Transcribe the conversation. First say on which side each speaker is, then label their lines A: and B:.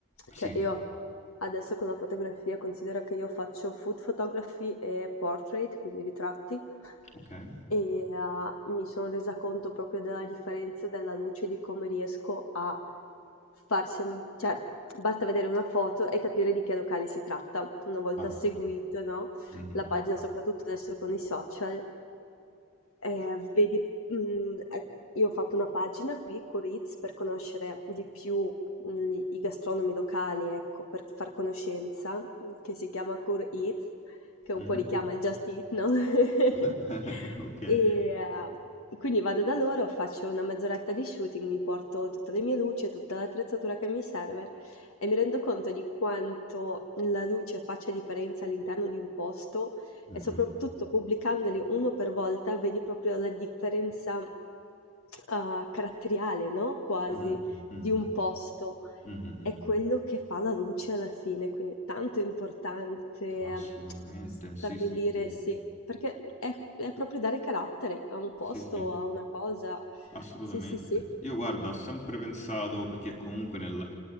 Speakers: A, on the left; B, on the left.
A: Sì.
B: Cioè io adesso con la fotografia considero che io faccio food photography e portrait, quindi ritratti,
A: Okay.
B: e, uhm, mi sono resa conto proprio della differenza della luce, di come riesco a far sem cioè basta vedere una foto e capire di che locale si tratta. Una volta
A: Ah.
B: seguito, no,
A: Mh-mh-mh.
B: la pagina soprattutto adesso con i social, eh, vedi, mh, eh, io ho fatto una pagina qui, Curiz, per conoscere di più mh, i gastronomi locali, ecco, per far conoscenza, mh, che si chiama Curiz, che un
A: Mh-mh.
B: po' richiama il Just Eat, no? <laughs>
A: <laughs> Okay.
B: E eh, quindi vado da loro, faccio una mezz'oretta di shooting, mi porto tutte le mie luci, tutta l'attrezzatura che mi serve e mi rendo conto di quanto la luce faccia differenza all'interno di un posto
A: Mh-mh-mh.
B: e soprattutto pubblicandoli uno per volta vedi proprio la differenza eh, caratteriale, no? Quasi
A: Mh. Mh-mh.
B: di un posto.
A: Mh-mh-mh-mh.
B: È quello che fa la luce alla fine, quindi è tanto importante
A: Assolutamente,
B: stabilire,
A: sì, sì, sì.
B: sì, perché è, è proprio dare carattere a un posto,
A: Sì, sì,
B: a una cosa.
A: assolutamente.
B: Sì, sì, sì.
A: Io guarda, ho sempre pensato perché comunque nel